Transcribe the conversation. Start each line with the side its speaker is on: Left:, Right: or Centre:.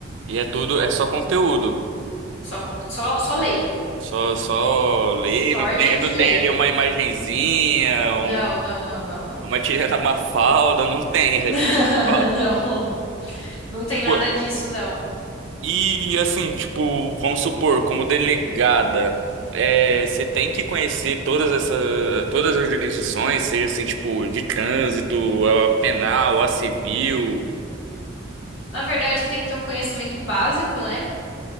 Right: E é tudo, é só conteúdo.
Left: Só, con- só, só lei.
Right: Só, só ler,
Left: Só
Right: não
Left: artigo
Right: tem, não
Left: de lei.
Right: tem ali uma imagenzinha, um-
Left: Não, não, não, não, não.
Right: uma tirinha da <laughs> Mafalda, não tem.
Left: <laughs>
Right: Ó,
Left: Não, não tem nada
Right: pô,
Left: disso, não.
Right: E assim, tipo, vamos supor, como delegada, é, você tem que conhecer todas essa, todas as jurisdições, seja assim, tipo, de trânsito, a penal, a civil,
Left: Na verdade, você tem que ter um conhecimento básico, né?